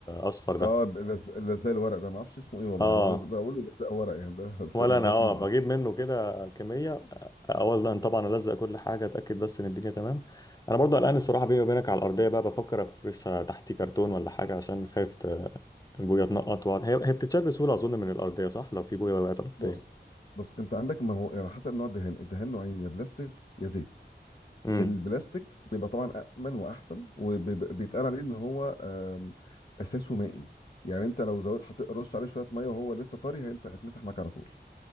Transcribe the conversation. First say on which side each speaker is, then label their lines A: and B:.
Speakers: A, on the left; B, on the left.
A: اصفر ده
B: اه لز... لزق الورق ده ما اعرفش اسمه ايه والله
A: اه
B: هو لز... بقوله لزق ورق يعني ده
A: ولا
B: <laughs> لطيف
A: انا اه
B: ده
A: بجيب منه كده كميه اولا طبعا الزق كل حاجه اتاكد بس ان الدنيا تمام انا برضو قلقان الصراحه بيني وبينك على الارضيه بقى بفكر افرشها تحتيه كرتون ولا حاجه عشان خايف ت- البويه تنقط وقع- هي هي بتتشال بسهوله اظن من الارضيه صح لو في بويه وقعت على الارضيه
B: بص بص انت عندك ما هو على حسب نوع الدهان الدهان نوعين يا بلاستيك يا زيت
A: امم
B: البلاستيك بيبقى طبعا امن واحسن وبيتقال عليه ان هو آم، اساسه مائي يعني انت لو زودت حطيت رش عليه شويه ميه وهو لسه طري هيمسح هيتمسح معاك على طول